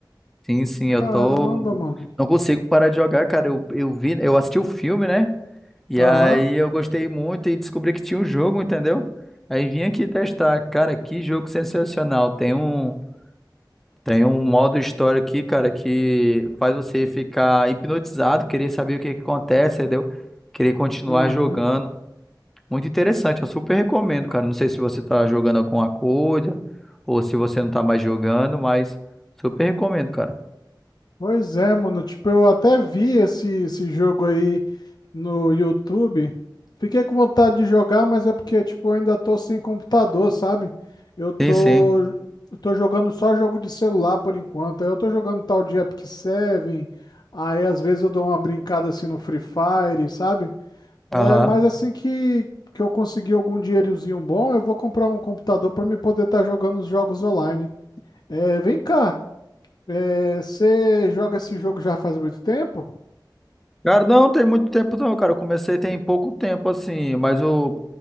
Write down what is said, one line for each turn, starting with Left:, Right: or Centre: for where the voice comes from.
Centre: Sim, sim,
Left: Caramba,
Centre: eu tô.
Left: mano.
Centre: Não consigo parar de jogar, cara. Eu, eu vi, eu assisti o filme, né? E
Left: Aham.
Centre: aí eu gostei muito e descobri que tinha um jogo, entendeu? Aí vim aqui testar. Cara, que jogo sensacional. Tem um, tem um modo história aqui, cara, que faz você ficar hipnotizado, querer saber o que é que acontece, entendeu? Querer continuar
Left: Uhum.
Centre: jogando. Muito interessante, eu super recomendo, cara. Não sei se você tá jogando alguma coisa ou se você não tá mais jogando, mas super recomendo, cara.
Left: Pois é, mano. Tipo, eu até vi esse, esse jogo aí no YouTube. Fiquei com vontade de jogar, mas é porque, tipo, eu ainda tô sem computador, sabe? Eu tô,
Centre: Sim, sim.
Left: eu tô jogando só jogo de celular por enquanto. Aí Eu tô jogando tal de Epic Seven. Aí, às vezes, eu dou uma brincada assim no Free Fire, sabe? É,
Centre: Aham.
Left: mas assim que, que eu conseguir algum dinheirozinho bom, eu vou comprar um computador pra me poder estar jogando os jogos online. É, vem cá. É, você joga esse jogo já faz muito tempo?
Centre: Cara, não tem muito tempo não, cara. Eu comecei tem pouco tempo assim, mas o,